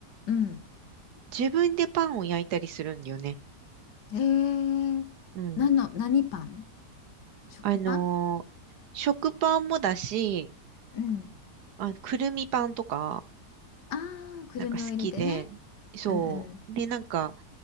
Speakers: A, on the left (about 80°); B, on the right (about 75°).
A: うん。
B: 自分でパンを焼いたりするんだよね。
A: えー、
B: うん。
A: 何の、何パン食パン
B: あのー食パンもだし、
A: うん。
B: あ、くるみパンとか、
A: ああ、くるみを入れてね。
B: なんか好きで、そう。
A: うんうん。
B: で、なんか、